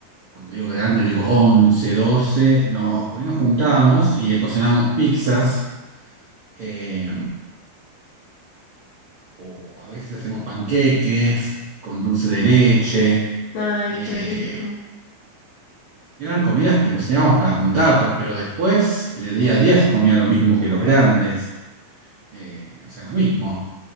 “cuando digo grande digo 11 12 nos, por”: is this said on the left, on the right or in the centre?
Right